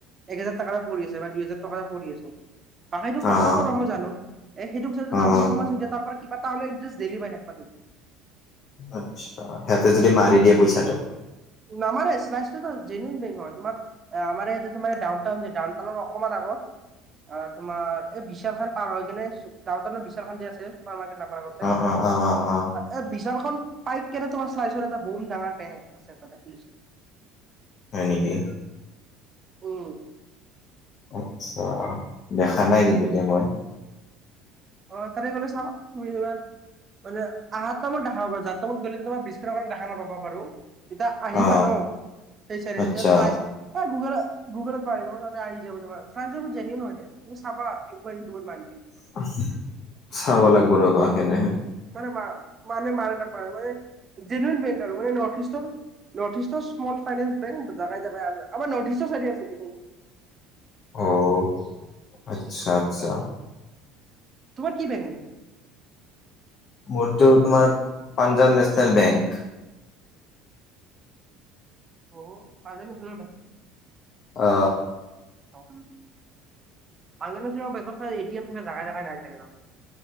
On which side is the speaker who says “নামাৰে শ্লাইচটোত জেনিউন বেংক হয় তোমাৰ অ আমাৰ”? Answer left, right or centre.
Right